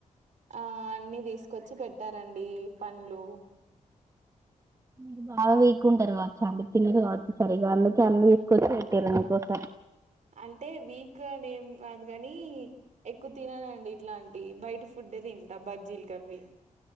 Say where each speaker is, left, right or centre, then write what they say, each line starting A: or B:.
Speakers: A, on the right; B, on the right.
A: ఆ అన్ని తీసుకొచ్చి పెట్టారండి పండ్లు
B: మీరు బాగా వీకుంటారు కావచ్చు అన్ని తినరు కావచ్చు సరిగ్గా అందుకే అన్ని తీసుకొచ్చి పెట్టిర్రు మీకోసం
A: అంటే వీక్ గానెం కాదు కాని ఎక్కువ తిననండి ఇట్లాంటివి బయట ఫుడ్ డ్డే తింట బాజీల్గావి